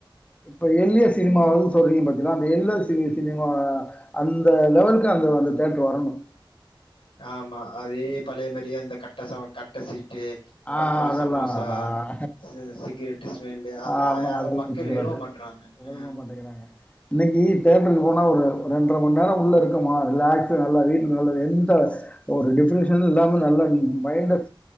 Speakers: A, on the left; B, on the left.
A: இப்ப எல்லிய சினிமாவு
B: ம்
A: சொல்றீங்க பத்தங்களா அந்த எல்ல சி னிமாவ அந்த லெவலுக்கு அந்த அந்த தேட்டர் வரணு
B: ஆமா அதே பழைய மாரியே அ இந்த கட்டை ச கட்ட சீட்டு
A: ஆ
B: பத்திர
A: அதெல்லாம்
B: சமோசா
A: அதான்
B: சி சிகரெட் ஸ்மெல்லு அதெல்லா
A: ஆமாம்
B: யாரு
A: அதெல்லாம்
B: மக்கள்
A: இருக்கக்கூடாது
B: விரும்ப மாட்றாங்க
A: விரும்ப
B: ம்
A: மாட்டிங்கிறாங்க இன்னக்கி தேட்டருக்கு போனா ஒரு ரெண்டரை மண் நேர உள்ள இருக்கமா ரிலாக்ஸ நல்லா வீட்ல நல்லா எந்தாஸ் ஒரு டிஃப்ரெஷன் இல்லாம நல்ல மைண்ட